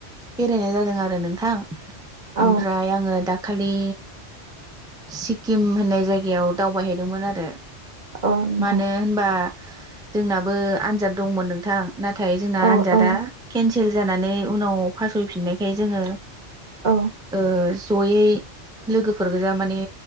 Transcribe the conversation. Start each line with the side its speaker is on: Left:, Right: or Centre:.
Centre: बेरायनाय जादों आरो नोंथां। ओमफ्राय
Right: औ
Centre: आङो दा खालि सिक्किम होननाय जायगायाव दावबायहैदोंमोन आरो
Right: औ नोंथां
Centre: मानो होनबा जोंनाबो आनजाद दंमोन नोंथां नाथाय जोंना
Right: औ
Centre: आनजादा
Right: औ
Centre: केनसेल जानानै उनाव फासयफिननायखाय जोङो
Right: औ
Centre: ओ जयै लोगोफोर गोजा माने